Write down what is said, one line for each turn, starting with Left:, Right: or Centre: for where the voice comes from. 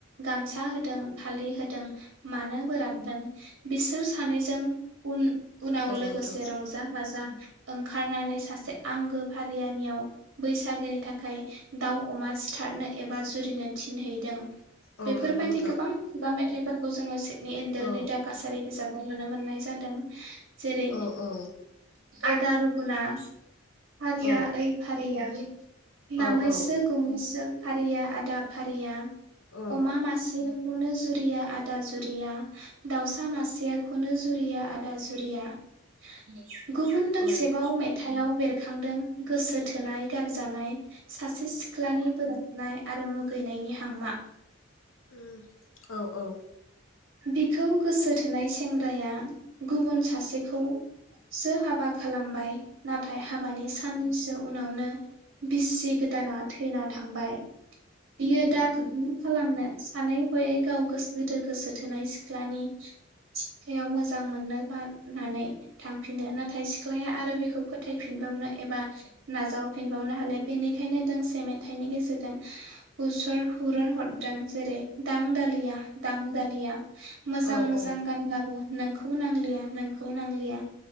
Right: गामसा होदों। फालि होदों मानो साबदाम <inaudible> बिसोर सानैजों उन उनाव लोगोसे
Left: नोंथां
Right: रंजा बाजा ओंखारनानै सासे आंगो फारियानियाव, बैसागोनि थाखाय दाउ अमा सिथारनो एबा जुरिनो थिनहैदों।
Left: औ
Right: बेफोरबायदि
Left: नंगौ नोंथां
Right: गोबां खुगा मेथाइ जोङो नि एण्डेलनि
Left: औ
Right: दा कासारि बिजाबाव नुनो मोननाय जादों। दां <inaudible> जेरै
Left: औ औ
Right: आदारु उना फारिया
Left: औ
Right: ओइ फारिया
Left: औ
Right: नामैसो
Left: औ औ
Right: गुमैसो। फारिया आदा फारिया
Left: औ
Right: अमा मासे अनो जुरिया आदा जुर दाउसा मासेयाखौनो जुरिया आदा जुरिया द <inaudible> गुबुन दोंसेबाव
Left: औ औ
Right: मेथाइयाव बेरखांदों गोसो थोनाय गारजानाय। सासे सिख्लानि बोराबनाय। आरो मुगैनायनि हांमा।
Left: उम औ औ
Right: बिखौ गोसो थोनाय सेंग्राया गुबुन सासेखौ सो हाबा खालामबाय। नाथाय हाबानि साननैसो उनावनो बिसि गोदाना थैना थांबाय बियो दा मा खालामनो सानै हयै गाव गोस गोदो गोसो थोनाय सि सिख्लानि सिखायाव मोजां मोननो गा नानै थांफिदनो नाथाय सिख्लाया आरो बेखौ फोथायफिनबावनो एबा नाजाव फिनबावनो हालिया बेनिखायनो दोंसे मेथाइनि गेजेरजों बुसरन खुरुन हरदों जेरै दां दालिया दां दालिया मोजां
Left: औ
Right: मोजां
Left: औ
Right: गानब्लाबो नोंखौ नांलिया नोंखौ नांलिया